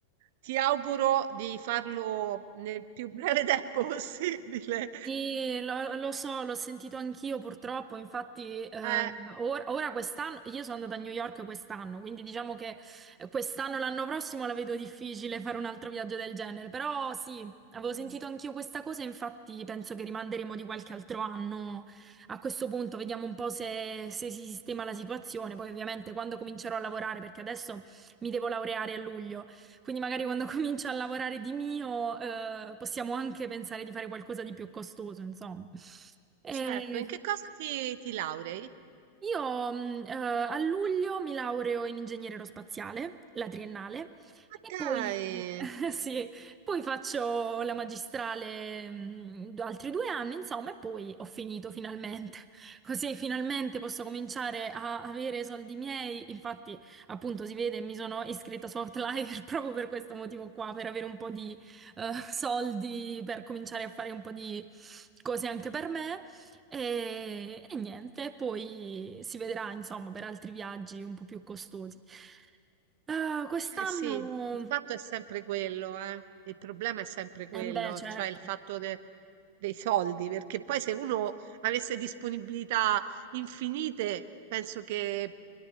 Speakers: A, on the right; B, on the right.
A: ti auguro di farlo nel più breve <laughs> tempo possibile.
B: Sì, lo, lo so, l'ho sentito anch'io purtroppo, infatti eh,
A: Eh,
B: or- ora quest'anno, io sono andata a New York quest'anno, quindi diciamo che eh, quest'anno, l'anno prossimo la vedo difficile fare un altro viaggio del genere, però sì, avevo
A: mm,
B: sentito anch'io questa cosa, infatti penso che rimanderemo di qualche altro anno a questo punto, vediamo un po' se, se si sistema la situazione, poi ovviamente quando comincerò a lavorare, perché adesso mi devo laureare a luglio. Quindi magari quando <laughs> comincio a lavorare di mio, eh, possiamo anche pensare di fare qualcosa di più costoso, insomma. E-
A: certo, in che cosa ti, ti laurei?
B: io mh, eh, a luglio mi laureo in ingegneria aerospaziale, la triennale,
A: Ma
B: e
A: dai!
B: poi, <laughs> sì, poi faccio la magistrale mh, d- altri due anni, insomma, e poi ho finito finalmente. <laughs> Così finalmente posso cominciare a avere soldi miei. Infatti, appunto, si vede, mi sono iscritta su Outlier <laughs> proprio per questo motivo qua, per avere un po' di eh, soldi, per cominciare a fare un po' di cose anche per me. E, e niente, poi si vedrà, insomma, per altri viaggi un po' più costosi. Eh, quest'anno,
A: Eh sì, il fatto è sempre quello, eh. Il problema è sempre quello,
B: eh beh, certo,
A: cioè il fatto de- dei soldi, perché poi se uno avesse disponibilità infinite, penso che,